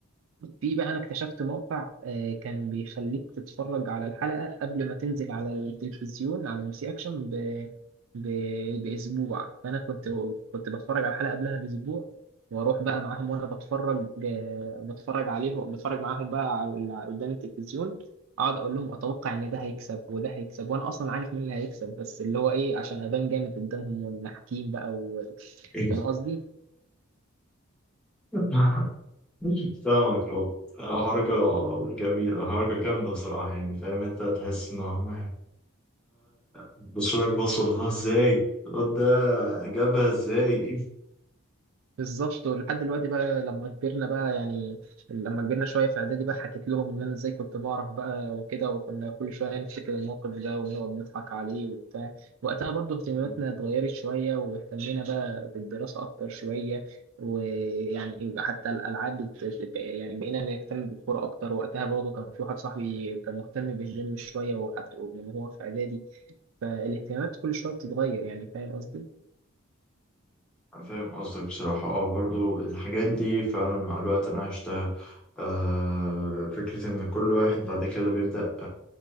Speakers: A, on the right (about 70°); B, in the centre.
A: في بقى انا اكتشفت موقع آه، كان بيخليك تتفرج على الحلقة قبل ما تنزل على التلفزيون على ام سي اكشن ب... ب... باسبوع فانا كنت كنت بتفرج على الحلقة قبلها باسبوع واروح بقى معاهم وانا بتفرج آه، بتفرج عليهم بتفرج معاهم بقى على اللي قدام التلفزيون اقعد اقول لهم اتوقع ان ده هيكسب وده هيكسب وانا اصلا عارف مين اللي هيكسب بس اللي هو ايه عشان ابان جامد قدامهم ونحكيم بقى و...
B: إيه.
A: فاهم قصدي
B: <laughs> فاهمك أهو آه، حركة جميلة حركة جامدة بصراحة يعني فاهم أنت تحس إن هم بصراك بصل اللي هو إزاي الواد ده جابها إزاي
A: بالظبط ولحد دلوقتي بقى لما كبرنا بقى يعني لما كبرنا شويه في اعدادي بقى حكيت لهم ان انا ازاي كنت بعرف بقى وكده وكنا كل شويه نفتكر الموقف ده ونقعد نضحك عليه وبتاع وقتها برضه اهتماماتنا
B: <laughs>
A: اتغيرت شويه واهتمينا بقى بالدراسه اكتر شويه ويعني حتى الالعاب بت- بت- يعني بقينا نهتم بالكوره اكتر وقتها برضه كان في واحد صاحبي كان مهتم بالجيم شويه وحتى من هو في اعدادي الاهتمامات كل شويه بتتغير يعني فاهم قصدي
B: أنا فاهم قصدك بصراحة اه برضو الحاجات دي فعلا مع الوقت أنا عشتها آه فكرة إن كل واحد بعد كده بيبدأ